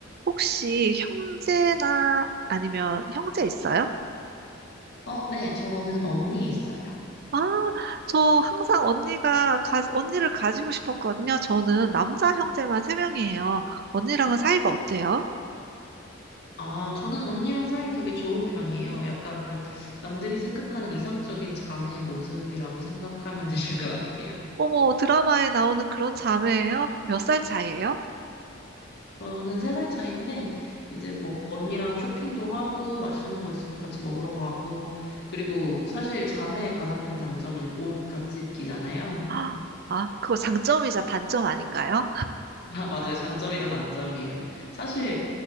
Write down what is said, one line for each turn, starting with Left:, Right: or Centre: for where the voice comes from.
Right: 혹시 형제나 아니면 형제 있어요?
Left: 어, 네, 저는 언니 있어요.
Right: 아, 저 항상 언니가 가, 언니를 가지고 싶었거든요. 저는 남자 형제만 세 명이에요. 언니랑은 사이가 어때요?
Left: 아, 저는 언니랑 사이 되게 좋은 편이에요. 약간 남들이 생각하는 이상적인 자매의 모습이라고 생각하면 <laughs> 되실 것 같아요.
Right: 어머, 드라마에 나오는 그런 자매예요? 몇 살 차이예요?
Left: 저는 세 살 차인데, 이제 뭐 언니랑 쇼핑도 하고, 맛있는 거 있으면 같이 먹으러 가고, 그리고 사실 자매의 가장 큰 장점은 옷 같이 입기잖아요.
Right: 아, 아, 그거 장점이자 단점 아닌가요?
Left: <laughs> 아, 맞아요. 장점이다, 단점이에요. 사실